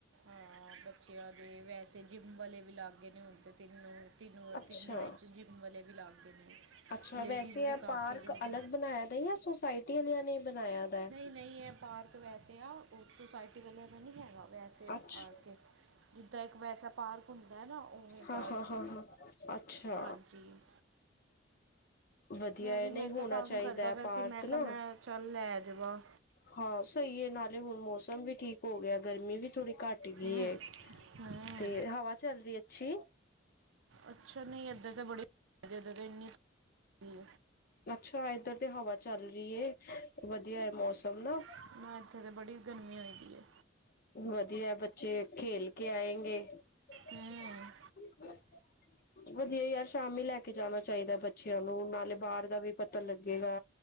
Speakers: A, on the right; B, on the left.
A: ਹਾਂ ਬੱਚਿਆਂ ਦੇ, ਵੈਸੇ ਜਿੰਮ ਵਾਲੇ ਵੀ ਲਾਗੇ ਨੇ ਉੱਦੇ ਤਿੰਨ। ਤਿੰਨ
B: ਅੱਛਾ
A: -ਤਿੰਨਾ ਵਿੱਚ, ਜਿੰਮ ਵਾਲੇ ਵੀ ਲੱਗੇ ਨੇ।
B: ਅੱਛਾ
A: ਲੇਡੀਜ਼
B: ਵੈਸੇ
A: ਵੀ
B: ਆ
A: ਕਾਫੀ
B: ਪਾਰਕ
A: ਨਹੀਂ
B: ਅਲੱਗ ਬਣਾਇਆ ਦਾ ਆ, ਜਾਂ ਸੋਸਾਇਟੀ ਵਾਲਿਆਂ ਨੇ। ਬਣਾਇਆ ਦਾ
A: ਨਹੀਂ ਇਹ ਪਾਰਕ ਵੈਸੇ ਆ, ਉਹ ਸੁਸਾਇਟੀ ਵੱਲੋਂ ਨੀ ਹੈਗਾ, ਵੈਸੇ
B: ਅੱਛਾ
A: ਆ ਕੇ ਜਿੱਦਾਂ, ਇੱਕ ਵੈਸਾ ਪਾਰਕ ਹੁੰਦਾ ਨਾ। ਉਵੇਂ
B: ਹਾਂ-ਹਾਂ,
A: ਪਾਰਕ
B: ਹਾਂ-
A: ਏ
B: ਹਾਂ, ਅੱਛਾ।
A: ਹਾਂਜੀ
B: ਵਧੀਆ
A: ਮੈਂ
B: ਹੈ
A: ਵੀ
B: ਨਹੀਂ
A: ਮੈਂ ਕਿਹਾ
B: ਹੋਣਾ
A: ਤੰਗ
B: ਚਾਹੀਦਾ
A: ਕਰਦਾ
B: ਹੈ
A: ਪਿਆ
B: ਪਾਰਕ
A: ਸੀ, ਮੈਂ ਕਿਹਾ
B: ਨਾ
A: ਮੈਂ ਚੱਲ ਲੈ ਜਾਵਾਂ।
B: ਹਾਂ ਸਹੀ ਹੈ, ਨਾਲੇ ਹੁਣ ਮੌਸਮ ਵੀ ਠੀਕ ਹੋ ਗਿਆ, ਗਰਮੀ ਵੀ ਥੋੜੀ ਘੱਟ ਗਈ
A: ਹੂੰ
B: ਹੈ,
A: ਹੂੰ
B: ਤੇ ਹਵਾ ਚੱਲ ਰਹੀ ਅੱਛੀ।
A: ਅੱਛਾ ਨਹੀਂ ਇੱਧਰ ਤੇ ਬੜੀ, ਇੱਧਰ ਦੇ ਇੰਨੀ ਧੁੱਪ
B: ਅੱਛਾ ਏਧਰ ਤੇ ਹਵਾ ਚੱਲ ਰਹੀ ਹੈ। ਵਧੀਆ ਹੈ ਮੌਸਮ ਨਾ।
A: ਹੈ ਨਾ ਇੱਥੇ ਤੇ ਬੜੀ ਗਰਮੀ ਹੋਈ ਦੀ ਹੈ
B: ਵਧੀਆ, ਬੱਚੇ ਖੇਲ ਕੇ ਆਏਂਗੇ।
A: ਹੂੰ
B: <inaudible> ਵਧੀਆ ਯਾਰ, ਸ਼ਾਮੀ ਲੈ ਕੇ ਜਾਣਾ ਚਾਹੀਦਾ ਬੱਚਿਆਂ ਨੂੰ, ਨਾਲੇ ਬਾਹਰ ਦਾ ਵੀ ਪਤਾ ਲੱਗੇਗਾ।